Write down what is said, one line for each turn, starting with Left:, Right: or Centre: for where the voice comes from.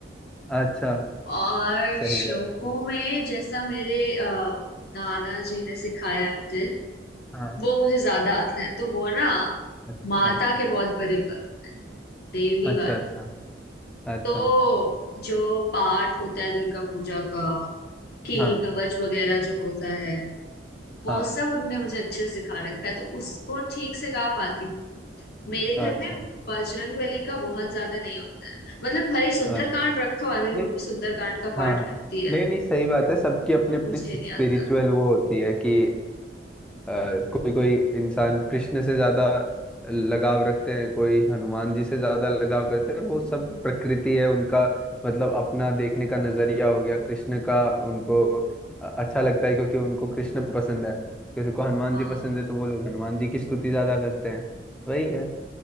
Centre: अच्छा
Left: और
Centre: सही
Left: श्लोकों
Centre: बात है
Left: में जैसा मेरे अ, नाना जी ने सिखाया है मुझे
Centre: हाँ
Left: वो मुझे ज्यादा आता है तो वो ना
Centre: अच्छा
Left: माता के बहुत बड़े भक्त देवी
Centre: अच्छा
Left: वाले
Centre: अच्छा अच्छा
Left: तो जो पाठ होता है दुर्गा पूजा का कील
Centre: हाँ
Left: कवच वगैरह जो होता है वो
Centre: हाँ
Left: सब उनने मुझे अच्छे से सिखा रखा है तो उसको ठीक से गा पाती हूँ मेरे घर
Centre: अच्छा
Left: में बजरंग बली का बहुत ज्यादा नहीं होता है मतलब भाई सुंदरकांड
Centre: अच्छा
Left: रखा हुआ है मेरी
Centre: नहीं
Left: मम्मी सुंदरकांड का
Centre: हाँ
Left: पाठ
Centre: हाँ
Left: करती है
Centre: नहीं नहीं सही बात है सबकी अपनी
Left: और
Centre: अपनी
Left: मुझे
Centre: स्पिरिचुअल
Left: नहीं आता
Centre: वो होती है कि कोई कोई इंसान कृष्ण से ज्यादा लगाव रखते हैं कोई हनुमान जी से ज्यादा लगाव करते हैं वो
Left: हम्म।
Centre: सब प्रकृति है उनका मतलब अपना देखने का नजरिया हो गया कृष्ण का उनको अ, अच्छा लगता है क्योंकि उनको कृष्ण पसंद है किसी को हनुमान
Left: हाँ
Centre: जी पसंद है तो वो लोग हनुमान जी की स्तुति ज्यादा करते हैं वही है